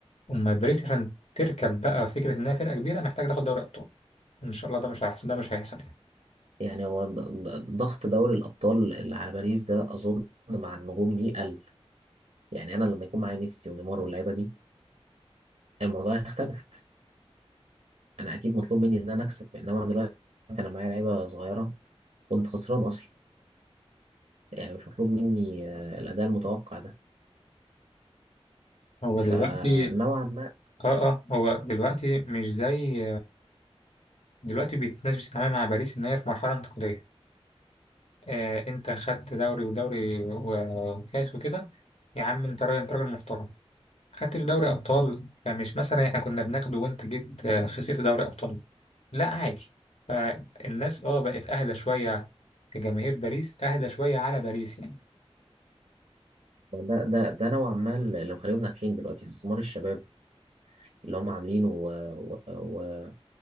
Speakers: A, on the left; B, on the right.
A: اما باريس عشان تركب بقى فكره انها فرقه كبيره محتاج تاخد دوري ابطال ان شاء الله ده مش هيحصل ده مش هيحصل يعني
B: يعني هو د- د- ضغط دوري الأبطال اللي على باريس ده أظن مع النجوم دي قل يعني أنا لما يكون معايا ميسي ونيمار واللعيبة دي الموضوع يختلف انا اكيد مطلوب مني ان انا اكسب انما دلوقتي انا معايا لعيبه صغيره كنت خسران اصلا يعني مش مطلوب مني آه، الاداء المتوقع ده
A: هو دلوقتي
B: فنوعا ما
A: اه اه هو دلوقتي مش زي دلوقتي بت- الناس بتتعامل مع باريس ان هي في مرحله انتقاليه آه انت خدت دوري ودوري و- وكاس وكده يا عم انت راجل انت راجل محترم خدتش دوري ابطال فمش مثلا احنا كنا بناخده وانت جيت آه، خسرت دوري ابطال لا عادي فالناس اه بقت اهدى شويه كجماهير باريس اهدى شويه على باريس يعني
B: ده ده ده نوعا ما اللي مخليهم ناجحين دلوقتي استثمار الشباب اللي هم عاملينه و... و... و...